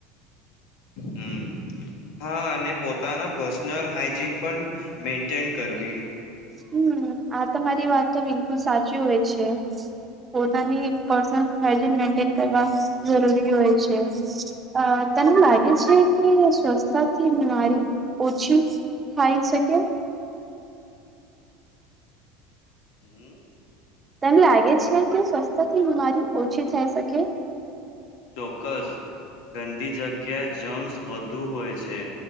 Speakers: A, on the left; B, on the right.
A: હમ હા અને પોતાના પર્સનલ હાઈજીન પણ મેન્ટેન કરવી.
B: હમ આ તમારી વાત તો બિલકુલ સાચી હોય છે. પોતાની પર્સનલ હાઈજીન મેન્ટેન કરવા જરૂરી હોય છે. અ તને લાગે છે કે સ્વસ્છતાથી બીમારી ઓછી થાઈ શકે?
A: હમ
B: તન લાગે છે કે સ્વસ્થતાથી બીમારી ઓછી થઈ શકે?
A: ચોક્કસ. ગંદી જગ્યા જમ્સ વધુ હોય છે.